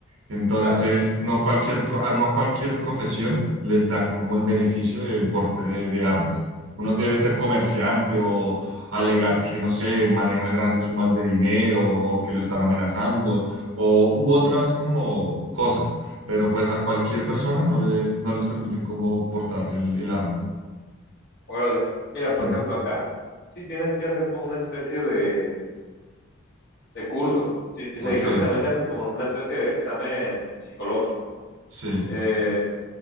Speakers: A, on the right; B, on the left.
A: Entonces,
B: Claro.
A: no, cualquier pro- a- no a cualquier profesión les dan como el beneficio del porte de, de armas. Uno debe ser comerciante o alegar que, no sé, maneja grandes sumas de dinero o que lo están amenazando o u otras como cosas pero pues a cualquier persona no les, no les permiten como portarle el, el arma.
B: Órale. Mira, por
A: Mm.
B: ejemplo, acá sí tienes que hacer como una especie de, de curso. Sí, sí,
A: Ok,
B: y creo que también te hacen como una especie de examen psicológico.
A: sí,
B: Eh,